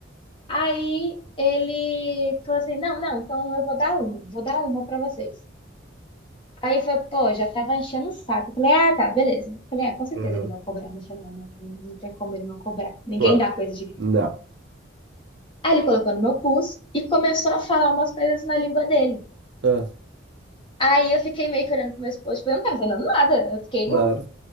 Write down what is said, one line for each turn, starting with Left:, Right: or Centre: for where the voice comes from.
Left: Aí ele falou assim: "Não, não, então eu vou dar uma, vou dar uma para vocês". Aí eu falei, pô, já tava enchendo o saco. Eu falei, ah, tá, beleza. Eu falei, ah, com certeza
Right: uhum,
Left: ele vai cobrar no final, né? Não não tem como ele não cobrar. Ninguém
Right: claro.
Left: dá coisa de graça.
Right: Não.
Left: Aí ele colocou no meu pulso e começou a falar umas coisas na língua dele.
Right: Ah,
Left: Aí eu fiquei meio que olhando pro meu esposo, tipo, eu não tava vendo nada. Eu fiquei,
Right: claro.
Left: eu-